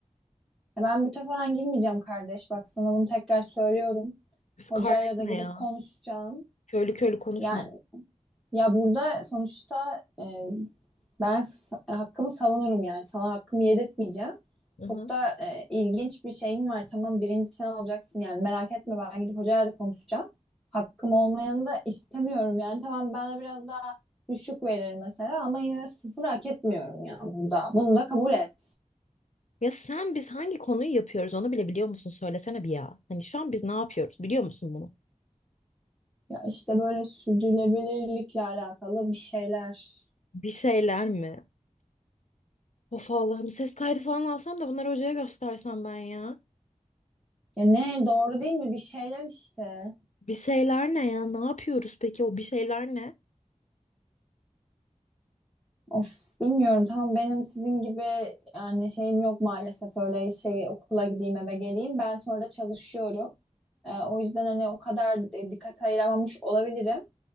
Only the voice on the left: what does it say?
Üf,
kardeş
ne
ya?
Köylü köylü konuşma.
Hı hı.
Ya sen biz hangi konuyu yapıyoruz onu bile biliyor musun? Söylesene bir ya. Hani şu an biz ne yapıyoruz biliyor musun bunu?
Bir şeyler mi? Of Allah'ım ses kaydı falan alsam da bunları hocaya göstersem ben ya.
Bir şeyler ne ya? Ne yapıyoruz peki o bir şeyler ne?